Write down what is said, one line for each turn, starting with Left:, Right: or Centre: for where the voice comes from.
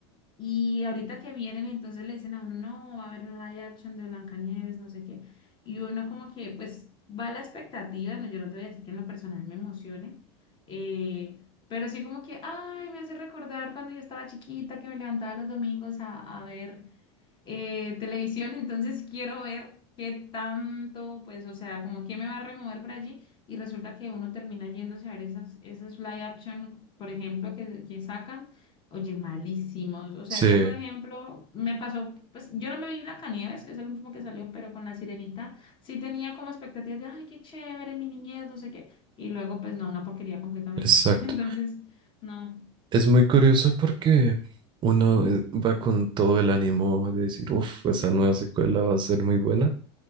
Left: Y ahorita que vienen, entonces le dicen a uno, no, va a haber un live action de Blancanieves, no sé qué. Y uno como que, pues, va a la expectativa, no, yo no te voy a decir que en lo personal me emocione, eh, pero sí como que, ay, me hace recordar cuando yo estaba chiquita, que me levantaba los domingos a, a ver eh, televisión, entonces quiero ver qué tanto, pues, o sea, como quién me va a remover por allí y resulta que uno termina yéndose a ver esas, esas live action, por ejemplo, que, que sacan, oye, malísimos. O sea,
Right: Sí,
Left: yo, por ejemplo, me pasó, pues, yo no me vi Blancanieves, que es el último que salió, pero con La Sirenita sí tenía como expectativas de, ay, qué chévere, mi niñez, no sé qué, y luego, pues, no, una porquería completamente.
Right: exacto.
Left: <laughs> Entonces, no.
Right: Es muy curioso porque uno eh, va con todo el ánimo de decir, uff, esa nueva secuela va a ser muy buena.